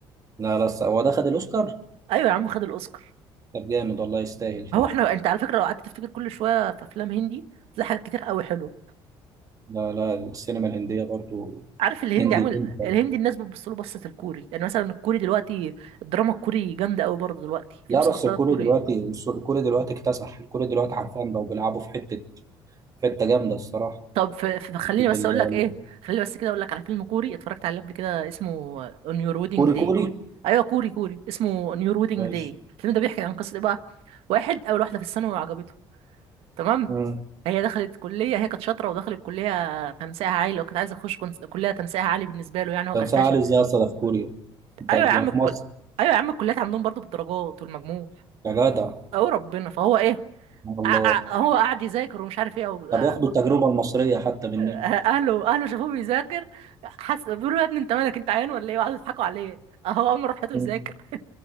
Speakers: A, on the right (about 35°); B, on the right (about 75°).
A: لا لا الص- هو ده خد الأوسكار
B: ايوه يا عم خد الاوسكار
A: طب جامد والله يستاهل فعلا
B: هو احنا انت على فكره لو قعدت تفتكر كل شويه في افلام هندي تلاقي حاجات كتير قوي حلوه
A: لا لا السينما الهندية برضو
B: عارف الهندي
A: هندي
B: عامل
A: هندي.
B: الهندي الناس بتبص له بصة الكوري يعني مثلا الكوري دلوقتي الدراما الكوري جامدة قوي برضه دلوقتي في
A: لا
B: مسلسلات
A: بس الكوري
B: كوري
A: دلوقتي الكوري دلوقتي اكتسح الكوري دلوقتي حرفيا بقوا بيلعبوا في حتة حتة جامدة الصراحة
B: طب ف- ف- فخليني
A: حتة
B: بس
A: ال-
B: اقول لك ايه خليني بس كده اقول لك على فيلم كوري اتفرجت عليه قبل كده اسمه On Your Wedding
A: الكوري كوري
B: Day ايوه كوري كوري اسمه On Your Wedding
A: ماشي
B: Day الفيلم ده بيحكي عن قصة ايه بقى واحد اول واحدة في الثانوي وعجبته تمام
A: مم.
B: هي دخلت كلية هي كانت شاطرة ودخلت كلية تنسيقها عالي وكانت عايزة تخش كنس- كلية تنسيقها عالي بالنسبة له يعني هو
A: كان
B: كان
A: ساعة
B: فاشل
A: علي ازاي أصلا في كوريا انت
B: ايوه
A: انت
B: يا عم
A: في
B: الكل...
A: مصر
B: ايوه يا عم الكليات عندهم برضه بالدرجات والمجموع
A: يا جدع
B: او ربنا فهو ايه
A: والله
B: ع- ع- هو قاعد يذاكر ومش عارف ايه او
A: طب
B: ع-
A: ياخدوا التجربة المصرية حتى مننا
B: اهله اهله شافوه بيذاكر حس بيقولوا يا ابني انت مالك انت عيان ولا ايه وقعدوا يضحكوا عليه اهو قام راح حياته يذاكر
A: مم.
B: <laughs>